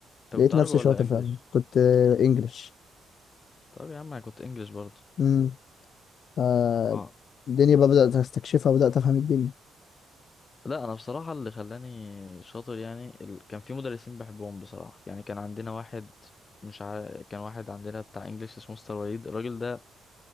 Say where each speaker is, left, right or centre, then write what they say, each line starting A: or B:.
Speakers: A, on the left (about 35°); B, on the left (about 60°).
A: انت
B: لقيت
A: كنت عربي
B: نفسي
A: ولا
B: شاطر
A: انجليش؟
B: فعلا كنت آه، إنجلش
A: طب يا عم انا كنت انجليش برضو
B: امم آه،
A: اه
B: الدنيا بقى بدأت أستكشفها بدأت أفهم الدنيا
A: لا انا بصراحه اللي خلاني شاطر يعني ال... كان في مدرسين بحبهم بصراحه يعني كان عندنا واحد مش عارف كان واحد عندنا بتاع انجليش اسمه مستر وليد الراجل ده